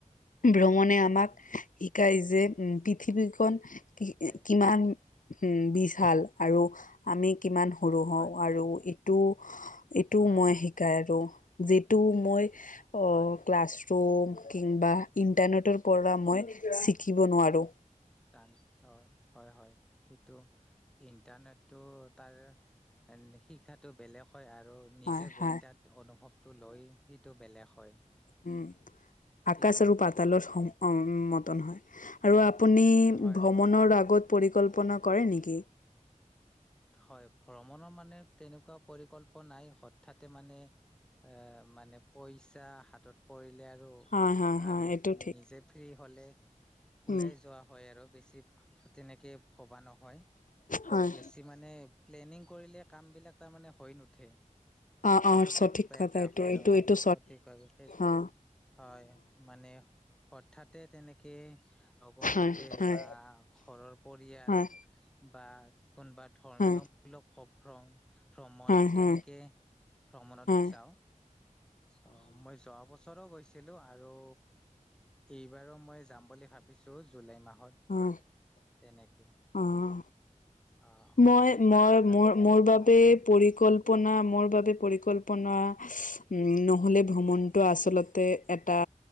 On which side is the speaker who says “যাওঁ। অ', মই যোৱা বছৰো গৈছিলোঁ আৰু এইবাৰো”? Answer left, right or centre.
Centre